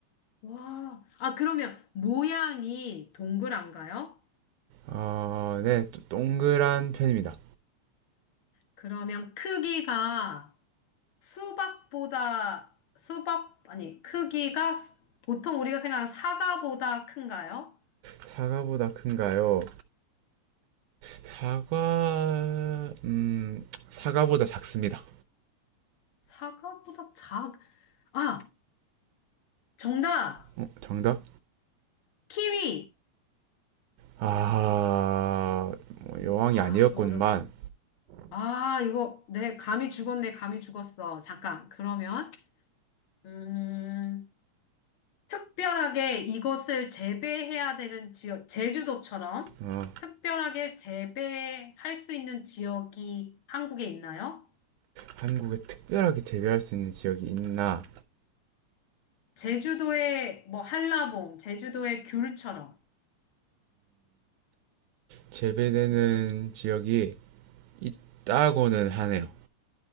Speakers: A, on the left (about 50°); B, on the right (about 80°).
A: 와, 아, 그러면 모양이 동그란가요?
B: 어, 네, 동그란 편입니다.
A: 그러면 크기가 수박보다, 수박, 아니, 크기가 보통 우리가 생각하는 사과보다 큰가요?
B: 사과보다 큰가요? 사과, 음, 사과보다 작습니다.
A: 사과보다 작, 아, 정답!
B: 어, 정답?
A: 키위!
B: 아, 뭐 여왕이
A: 아,
B: 아니었건만,
A: 이거 어렵, 아, 이거, 내 감이 죽었네, 감이 죽었어. 잠깐, 그러면, 음, 특별하게 이것을 재배해야 되는 지역, 제주도처럼
B: 어,
A: 특별하게 재배할 수 있는 지역이 한국에 있나요?
B: 한국에 특별하게 재배할 수 있는 지역이 있나?
A: 제주도의 뭐 한라봉, 제주도의 귤처럼
B: 재배되는 지역이 있다고는 하네요.